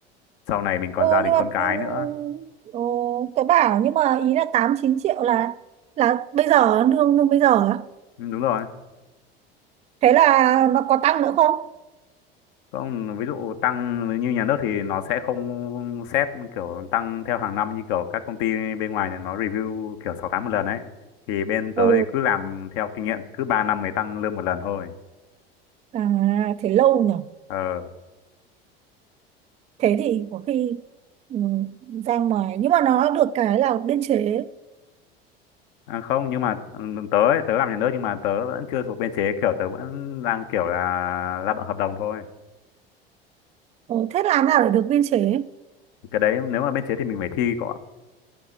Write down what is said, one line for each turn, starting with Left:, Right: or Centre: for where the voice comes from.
Left: sau này mình còn
Right: ồ
Left: gia đình
Right: nhưng mà
Left: con cái
Right: ừ,
Left: nữa
Right: ồ tớ bảo nhưng mà ý là tám chín triệu là là bây giờ lương lương bây giờ ấy.
Left: Ừ, đúng rồi
Right: thế là nó có tăng nữa không
Left: không ví dụ tăng như nhà nước thì nó sẽ không xét kiểu tăng theo hàng năm như kiểu các công ty bên ngoài này nó review kiểu 6 tháng một lần ấy thì bên tớ
Right: ừ
Left: thì cứ làm theo kinh nghiệm cứ 3 năm mới tăng lương một lần thôi
Right: à thế lâu nhỉ
Left: ờ
Right: thế thì có khi ừ, ra ngoài nhưng mà nó được cái là biên chế
Left: À, không nhưng mà ừ, tớ ấy, tớ làm nhà nước nhưng mà tớ vẫn chưa thuộc biên chế kiểu tớ vẫn đang kiểu là lao động hợp đồng thôi
Right: ừ, thế làm nào để được biên chế
Left: cái đấy nếu mà biên chế thì mình phải thi cọ